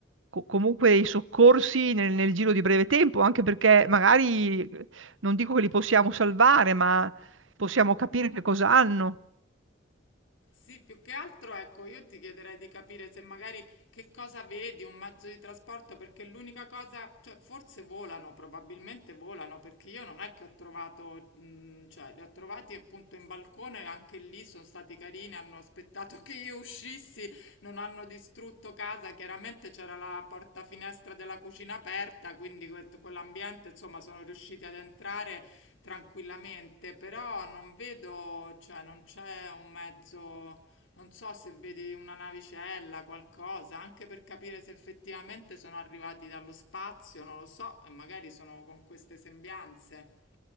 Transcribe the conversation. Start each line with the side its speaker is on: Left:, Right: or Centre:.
Right: co- comunque i soccorsi nel, nel giro di breve tempo, anche perché magari eh, non dico che li possiamo salvare, ma possiamo capire che cosa hanno.
Left: Sì, più che altro, ecco, io ti chiederei di capire se magari che cosa vedi, un mezzo di trasporto, perché l'unica cosa, cioè forse volano, probabilmente volano, perché io non è che ho trovato, mh, cioè li ho trovati appunto in balcone, anche lì sono stati carini, hanno aspettato <laughs> che io uscissi non hanno distrutto casa, chiaramente c'era la porta finestra della cucina aperta, quindi que- quell'ambiente, insomma, sono riusciti ad entrare tranquillamente, però non vedo, cioè non c'è un mezzo, non so se vedi una navicella, qualcosa, anche per capire se effettivamente sono arrivati dallo spazio, non lo so, e magari sono con queste sembianze.